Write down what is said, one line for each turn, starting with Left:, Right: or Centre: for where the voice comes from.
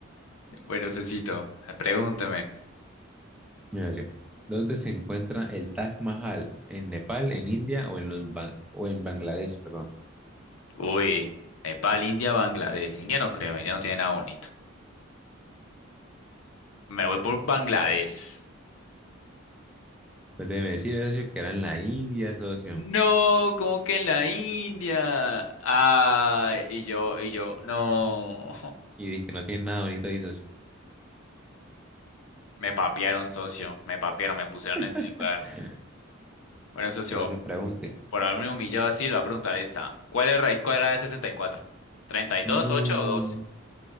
Left: Bueno, socito, pregúntame.
Centre: Mira yo. ¿Dónde se encuentra el Taj Mahal? ¿En Nepal, en India o en los Ban- o en Bangladesh, perdón?
Left: Uy, Nepal, India, Bangladesh. India no creo, India no tiene nada bonito. Me voy por Bangladesh.
Centre: Pues debe decir, socio, que era en la India, socio.
Left: No, como que en la India. Ah, y yo, y yo, no.
Centre: Y dice que no tiene nada bonito ahí, socio.
Left: Me papearon, socio. Me papearon, me pusieron
Centre: <laughs>
Left: en mi lugar. Bueno, socio,
Centre: No se pregunte.
Left: por haberme humillado así, le voy a preguntar esta. ¿Cuál es la raíz cuadrada de sesenta y cuatro? Treinta y dos,
Centre: No.
Left: ocho o 2?